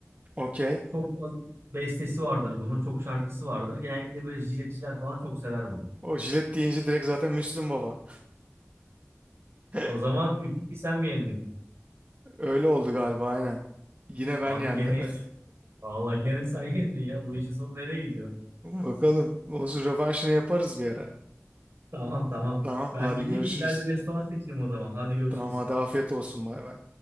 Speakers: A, on the right; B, on the right.
A: Okey.
B: Çok fazla bestesi vardır bunun. Çok şarkısı vardır. Genellikle böyle jiletçiler falan çok sever bunu.
A: O jilet deyince direkt zaten Müslüm Baba. <laughs>
B: O zaman 3-2 sen mi yendin?
A: Öyle oldu galiba aynen. Yine
B: Abi
A: ben yendim.
B: gene yendin.
A: <laughs>
B: Vallahi gene sen <laughs> yendin ya. Bu işin sonu nereye gidiyor?
A: Bakalım. Olsun rövanşını yaparız bir ara.
B: Tamam tamam.
A: Tamam,
B: Ben
A: hadi
B: gideyim
A: görüşürüz.
B: güzel bir restoran seçeyim o zaman. Hadi görüşürüz.
A: Tamam hadi afiyet olsun bay bay.